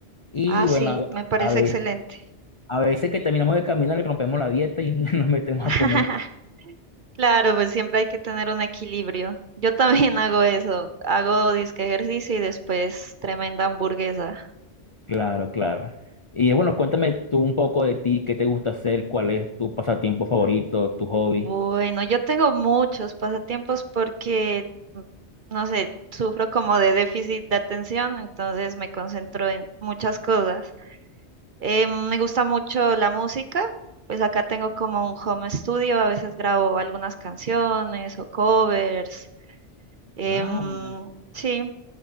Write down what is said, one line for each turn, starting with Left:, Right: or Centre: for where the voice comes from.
Left: y
Right: Ah,
Left: bueno,
Right: sí,
Left: a,
Right: me parece
Left: a ve-
Right: excelente.
Left: a veces que terminamos de caminar y rompemos la dieta y <laughs> nos metemos
Right: <laughs>
Left: a comer.
Right: Claro, pues siempre hay que tener un equilibrio. Yo también <laughs> hago eso, hago disque ejercicio y después tremenda hamburguesa.
Left: Claro, claro. Y eh, bueno, cuéntame tú un poco de ti, qué te gusta hacer, cuál es tu pasatiempo favorito, tu hobby.
Right: Bueno, yo tengo muchos pasatiempos porque, mm, no sé, sufro como de déficit de atención, entonces me concentro en muchas cosas. Eh, me gusta mucho la música, pues acá tengo como un home studio, a veces grabo algunas canciones o covers. Em,
Left: Ah, mira.
Right: sí,